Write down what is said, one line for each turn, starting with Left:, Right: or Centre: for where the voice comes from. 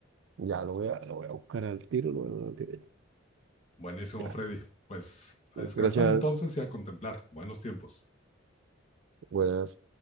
Right: Ya, lo voy a, lo voy a buscar al tiro, lo voy a dar al tiro.
Left: Buenísimo,
Right: Ya,
Left: Freddy. Pues a
Right: gracias,
Left: descansar entonces y a contemplar. Buenos tiempos.
Right: buenas.